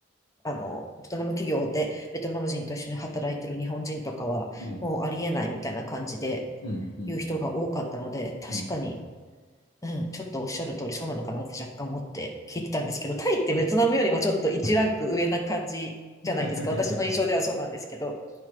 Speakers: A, on the left; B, on the left.
A: あの、ベトナム企業でベトナム人と一緒に働いてる日本人とかは、
B: うん。
A: もうありえないみたいな感じで
B: うん。うん。
A: 言う人が多かったので、
B: うん。
A: 確かに、
B: うん
A: うん、ちょっとおっしゃる通りそうなのかなって若干思って聞いてたんですけど、タイってベトナムよりもちょっと1ランク上な感じじゃないですか。
B: はい。<laughs>
A: 私の印象ではそうなんですけど、